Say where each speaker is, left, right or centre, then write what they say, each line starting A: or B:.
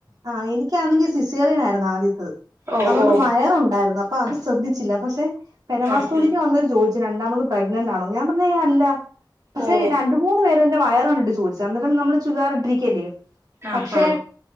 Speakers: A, on the right (about 55°); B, on the right (about 35°).
A: ആ എനിക്കാണെങ്കിൽ സിസേറിയന ആരുന്നു ആദ്യത്തത്
B: ഓ
A: അതുകൊണ്ട്
B: ഓ
A: മയറുണ്ടായിരുന്നു അപ്പൊ അത് ശ്രദ്ധിച്ചില്ല പക്ഷെ പെരമാസ്തോലിക്ക്
B: ആഹാ
A: വന്നൊരു ജോദി രണ്ടാമത് പ്രഗ്നന്റ് ആണോ ഞാൻ പറഞ്ഞ അല്ല പക്ഷെ
B: ഓ
A: രണ്ട മൂന്നു പേരെറെ വയറു ചോദിച്ച അന്നേരം നമ്മള് ചുതാറിട്ടിരിക്കല്ലേ
B: ആഹാ
A: പക്ഷെ